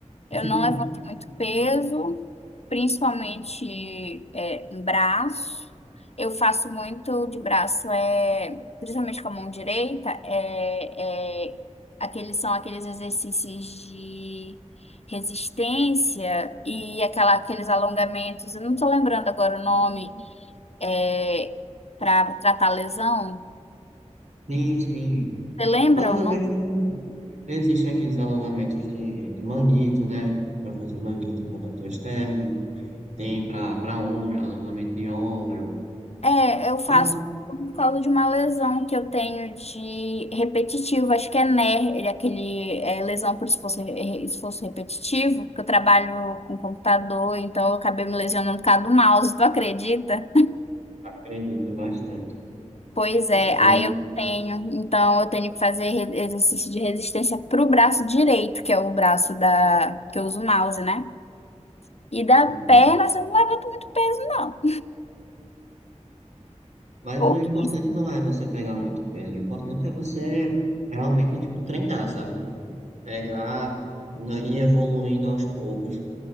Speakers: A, on the right (about 70°); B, on the left (about 60°).
A: <laughs>
B: Eu não levanto muito peso, principalmente é, em braço. Eu faço muito de braço, é, principalmente com a mão direita, é, é, aqueles são aqueles exercícios de resistência e aquela, aqueles alongamentos. Eu não estou lembrando agora o nome, é, para tratar lesão.
A: Sim, sim.
B: Você lembra
A: Alongamento
B: o nome?
A: não. Existem aqueles alongamentos de, de manguito, né? Para fazer manguito rotator externo. Tem para para ombro, alongamento de ombro.
B: É, eu faço
A: Ah,
B: por causa de uma lesão que eu tenho de repetitivo, acho que é NER, aquele é, lesão por esforço, re- esforço repetitivo, que eu trabalho com computador, então eu acabei me lesionando por causa do mouse, <laughs> tu acredita?
A: acredito bastante.
B: Pois
A: Eu,
B: é, aí eu tenho, então eu tenho que fazer re- exercício de resistência pro braço direito, que é o braço da que eu uso o mouse, né? E da
A: sim.
B: perna, você não levanta muito peso, não.
A: Mas
B: Pouquíssimo.
A: o importante não é você pegar muito peso, o importante é você realmente, tipo, treinar, sabe? Pegar né, e ir evoluindo aos poucos.